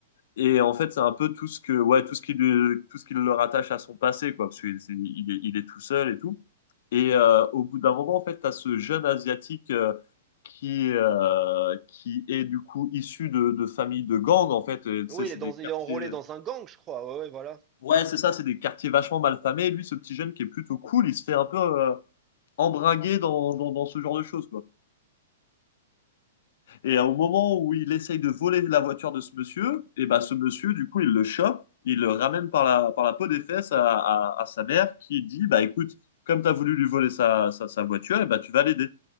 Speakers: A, on the left; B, on the right.
A: Et en fait, c'est un peu tout ce que, ouais, tout ce qui lui- tout ce qui le rattache à son passé, quoi, parce qu'il c'est- il est, il est tout seul et tout. Et euh, au bout d'un moment, en fait, tu as ce jeune asiatique euh, qui, euh, qui est du coup issu de, de familles de gangs, en fait. Et, tu sais,
B: Oui,
A: c'est
B: il est dans,
A: des quartiers.
B: il est enrôlé
A: euh,
B: dans un gang, je crois. Ouais, ouais, voilà.
A: Ouais, c'est ça, c'est des quartiers vachement mal famés. Et lui, ce petit jeune qui est plutôt cool, il se fait un peu euh, embringuer dans, dans, dans ce genre de choses, quoi. Et au moment où il essaye de voler la voiture de ce monsieur, et ben ce monsieur, du coup, il le chope, il le ramène par la, par la peau des fesses à, à, à sa mère qui dit, bah écoute, comme tu as voulu lui voler sa, sa, sa voiture, et ben tu vas l'aider.